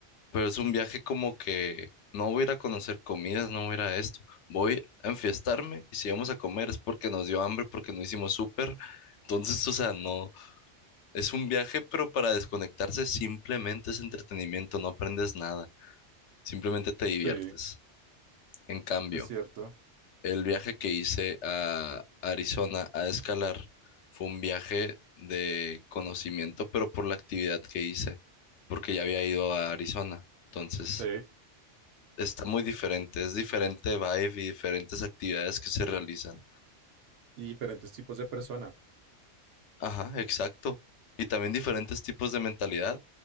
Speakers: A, on the left (about 75°); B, on the right (about 75°).
A: Pero es un viaje como que no voy a ir a conocer comidas, no voy a ir a esto. Voy a enfiestarme y si vamos a comer es porque nos dio hambre, porque no hicimos súper. Entonces, o sea, no. Es un viaje, pero para desconectarse simplemente es entretenimiento, no aprendes nada. Simplemente te diviertes.
B: Sí,
A: En cambio,
B: es cierto.
A: el viaje que hice a Arizona a escalar fue un viaje de conocimiento, pero por la actividad que hice, porque ya había ido a Arizona. Entonces.
B: Sí,
A: Está muy diferente, es diferente vibe y diferentes actividades que se realizan.
B: y diferentes tipos de persona.
A: Ajá, exacto. Y también diferentes tipos de mentalidad.